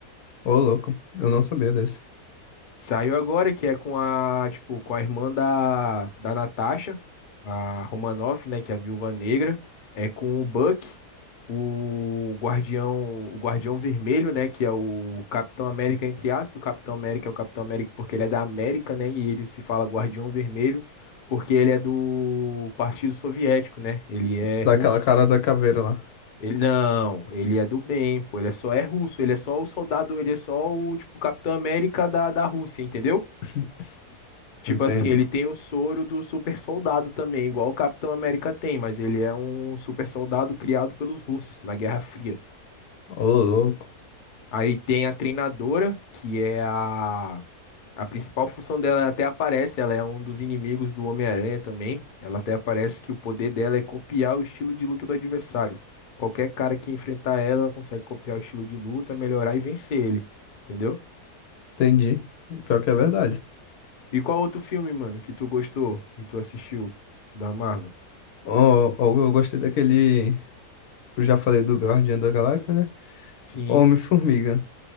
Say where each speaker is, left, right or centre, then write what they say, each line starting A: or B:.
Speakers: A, on the left (about 70°); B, on the left (about 55°).
A: Ô, louco. Eu não sabia desse.
B: Saiu agora, que é com a, tipo, com a irmã da, da Natasha, a Romanoff, né, que é a Viúva Negra. É com o Buck, o Guardião, o Guardião Vermelho, né, que é o Capitão América, entre aspas, que o Capitão América é o Capitão América porque ele é da América, né, e ele se fala Guardião Vermelho porque ele é do Partido Soviético, né, ele é
A: Daquela
B: russo.
A: cara da caveira lá.
B: Ele não, ele é do bem, pô, ele é só é russo, ele é só o soldado, ele é só o, tipo, Capitão América da, da Rússia, entendeu?
A: <laughs>
B: Tipo
A: Entende?
B: assim, ele tem o soro do super soldado também, igual o Capitão América tem, mas ele é um super soldado criado pelos russos na Guerra Fria.
A: Ô, louco.
B: Aí tem a treinadora, que é a. A principal função dela até aparece, ela é um dos inimigos do Homem-Aranha também. Ela até aparece que o poder dela é copiar o estilo de luta do adversário. Qualquer cara que enfrentar ela, ela consegue copiar o estilo de luta, melhorar e vencer ele. Entendeu?
A: Entendi. Pior que é verdade.
B: E qual outro filme, mano, que tu gostou, e tu assistiu da Marvel?
A: Ó, ó, eu gostei daquele. Eu já falei do Guardião da Galáxia, né?
B: Sim.
A: Homem-Formiga.